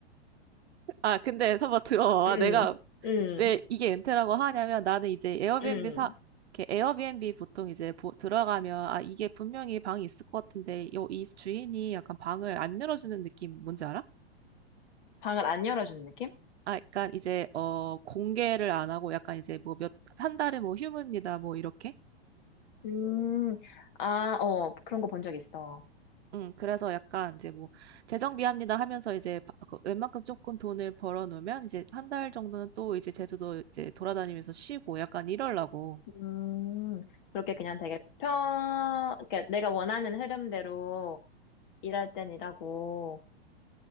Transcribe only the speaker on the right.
아, 근데 한번 들어봐.
내가
왜 이게 엔트라고 하냐면 나는 이제 에어비앤비
사 이렇게 에어비앤비 보통 이제 보, 들어가면 아 이게 분명히 방이 있을 것 같은데 요, 이 주인이 약간 방을 안 열어주는 느낌 뭔지 알아?
아, 약간 이제 어 공개를 안 하고 약간 이제 뭐 몇 한 달에 뭐 휴무입니다 뭐 이렇게.
응. 그래서 약간 이제 뭐 재정비합니다 하면서 이제 바- 그 웬만큼 조금 돈을 벌어 놓으면 이제 한 달 정도는 또 이제 제주도 이제 돌아다니면서 쉬고 약간 이러려고.